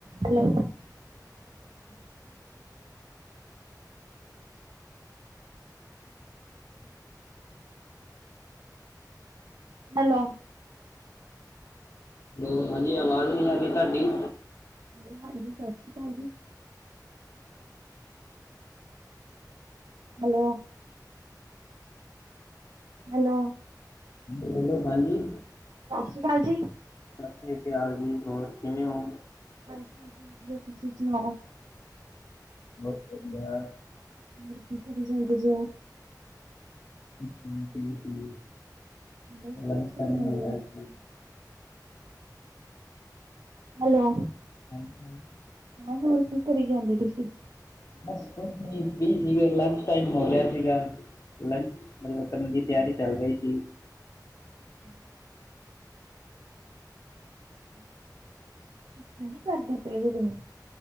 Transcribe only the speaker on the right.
ਹੈਲੋ।
ਹੈਲੋ।
ਹੈਲੋ, ਹਾਂਜੀ ਸਤਿ ਸ਼੍ਰੀ ਅਕਾਲ ਜੀ। ਹੈਲੋ। ਹੈਲੋ।
ਸਤਿ ਸ਼੍ਰੀ ਅਕਾਲ ਜੀ।
ਹਾਂਜੀ ਹਾਂਜੀ, ਵਧੀਆ ਤੁਸੀਂ ਸੁਣਾਓ?
ਮਰ ਕੀ ਕਰੀ ਜਾਗ ਜੋ <inaudible>
ਕੀ
ਕਰੀ
ਜਾਂਦੇ
ਜੇ?
ਹੈਲੋ।
ਮੈਂਮ ਹੋਰ ਕੀ ਕਰੀ ਜਾਂਦੇ ਤੁਸੀਂ।
ਹਮ। ਹੁਣੇ ਨੀ ਕਰਦੇ ਪਏ ਸੀ ਤੁਸੀਂ।